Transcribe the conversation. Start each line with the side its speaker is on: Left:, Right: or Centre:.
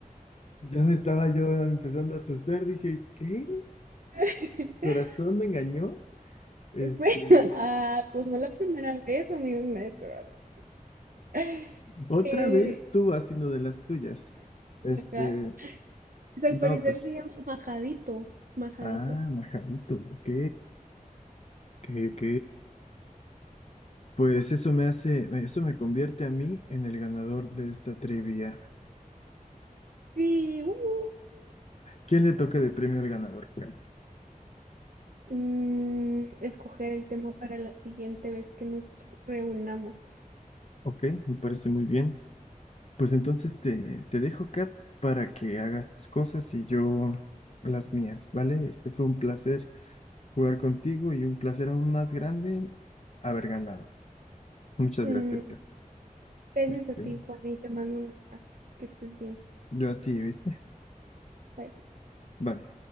Left: Ya me estaba yo empezando a asustar. Dije, ¿qué?
Right: <laughs>
Left: ¿Corazón me engañó?
Right: Sí,
Left: Este,
Right: pues, <laughs> ah, pues no la primera vez, amigo maestro. <laughs>
Left: Otra
Right: Eh,
Left: vez tú haciendo de las tuyas. Este,
Right: ajá. Pues al
Left: no,
Right: parecer
Left: pues,
Right: se llama majadito, majadito.
Left: ah, majadito, ok, ok, ok. Pues eso me hace, eso me convierte a mí en el ganador de esta trivia.
Right: Sí, uh, uh.
Left: ¿Quién le toca de premio al ganador, <laughs> Kat?
Right: mm, escoger el tema para la siguiente vez que nos reunamos.
Left: Ok, me parece muy bien. Pues entonces te, te dejo, Kat, para que hagas tus cosas y yo las mías, ¿vale? Este fue un placer jugar contigo y un placer aún más grande haber ganado. Muchas
Right: Mm,
Left: gracias, Kat.
Right: gracias
Left: Este,
Right: a ti, Juan, y te mando un abrazo. Que estés bien.
Left: Yo a ti, ¿viste?
Right: Bye. bye.
Left: Vale.